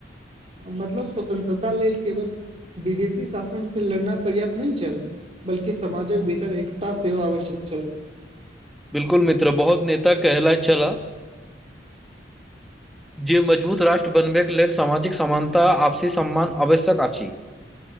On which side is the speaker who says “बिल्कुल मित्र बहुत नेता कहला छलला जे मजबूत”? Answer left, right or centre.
Centre